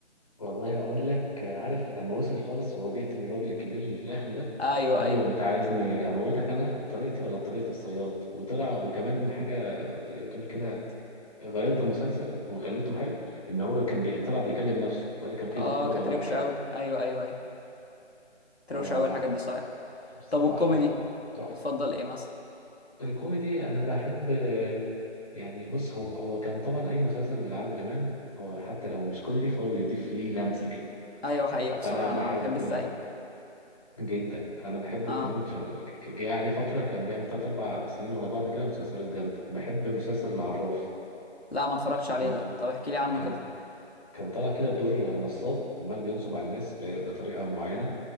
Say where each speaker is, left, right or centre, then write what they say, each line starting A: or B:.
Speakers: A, on the left; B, on the left.
A: والله اقول لك عارف لما وصل خالص وهو بيقتل الراجل الكبير اللي في الاخر ده
B: ايوه
A: قال
B: ايوه
A: له انت عايزني اموتك انا بطريقتي ولا بطريقه الصياد وطلع وكمان حاجه زي ما تقول كده غيرت
B: ك-
A: المسلسل وخلته حلو ان هو كان بي- طلع بيكلم نفسه ولا كان فيه
B: اه
A: دكتوره
B: كانت
A: ولا
B: روشة
A: حاجه
B: قوي ايوه ايوه ايوه كانت
A: آه
B: روشة قوي
A: لا
B: الحاجات دي صحيح
A: بصراحه
B: طب والكوميدي
A: تحفه
B: بتفضل ايه مثلا
A: الكوميدي انا بحب يعني بص هو هو كان طبعا اي مسلسل لعادل امام هو حتى لو مش كوميدي فهو بيضيف ليه لمسه كده
B: ايوه حقيقة بصراحة
A: فانا بحب
B: انا بحب الزعيم
A: جدا انا بحبه
B: اه
A: كمان في ك- جه عليه فتره كان بيعمل تلات اربع سنين ورا بعض كده مسلسلات جامده بحب مسلسل العراف
B: لا ما اتفرجتش عليه
A: ال-
B: ده طب احكي لي عنه
A: كان
B: كده
A: كان طالع كده بدور نصاب عمال بينصب على الناس ب- بطريقه معينه